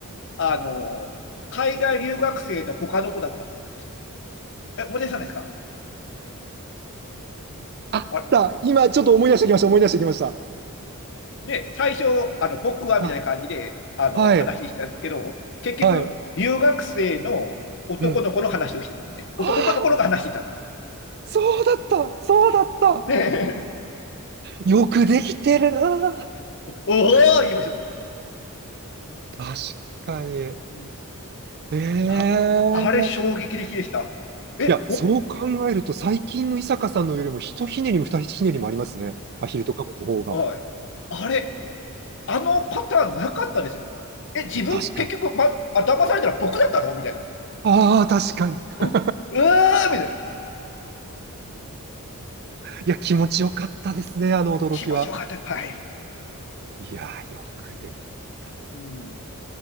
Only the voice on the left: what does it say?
あの、海外留学生の他の子だったっていう話です。え、思い出さないですか
あれ
ね、最初、あの、僕はみたいな感じで、
あの、
話したんですけど、結局、
留学生の男の子の話をしてるんですね。
男の子のが話してたんです。
ね
<laughs> おおー言いました
うん、
あ、あれ衝撃的でした。え、
お、
はい。
あれ、あのパターンなかったですもん。え、自分、
結局、ま、あ、騙されたら僕だったのみたいな。
うん、うーんみたいな。
気持ちよかった。はい。
うん、